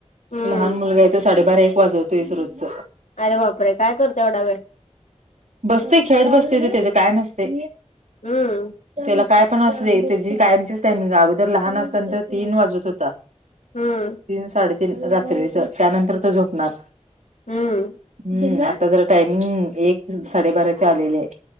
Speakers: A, on the left (about 75°); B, on the right (about 75°).
A: हम्म
B: लहान मुलगा आहे तो साडेबारा एक वाजवतोयस रोजच
A: अरे वापरे काय करतो एवढा वेळ
B: बसतोय खेळत बसतोय तर त्याचं काय नसते
A: हम्म
B: त्याला काय पण अस रे त्याचीी कायमचीच टाइमिंग आहे अगोदर लहान असताना तर तीन वाजत होता.
A: हम्म
B: तीन साडेतीीन रात्रीच त्यानंतर तो झोपणार.
A: हम्म
B: हम्म आता जरा टायमिंग एक साडेबाराच्या आलेलेय